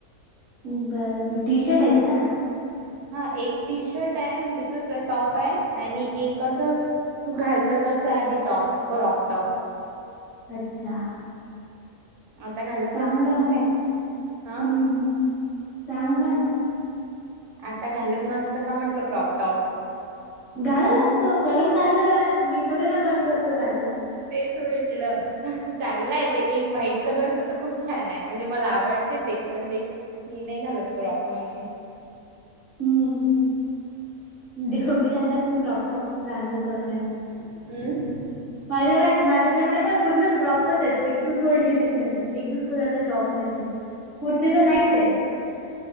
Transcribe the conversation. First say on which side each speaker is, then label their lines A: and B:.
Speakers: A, on the left; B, on the right.
A: बरबर टी शर्ट आहेत का?
B: हा एक टी शर्ट आहे म्हणजे टॉप आहे आणि एक अस तू घाल तर तसं आहे टॉप क्रॉप टॉप
A: अच्छा
B: आता घालत
A: चांगलं
B: नसतात
A: आहे म मग
B: काय हा
A: हम्म चांगलंय मग
B: आता घालत नसतं का म्हटलं क्रॉपटॉप
A: घालत असतो सगळं चालू आहे मी थोडेसा बंद करतो घालणं.
B: तेच म्हटलं चांगलं आहे ते एक व्हाईट कलरच तर खूप छान आहे म्हणजे मला आवडते ते पण ते मी नाही घालत क्रॉप म्हणून
A: हम्म देव बी आला त मी क्रॉपटॉप घालन सोडणार नाही.
B: हम्म
A: माझ्या माझ्याकडे माहिती पूर्ण क्रॉपच आहेत एक बी फुल टी शर्ट नाही एक बी - फुल असं टॉप नशील कुर्ती तर नाहीच ये.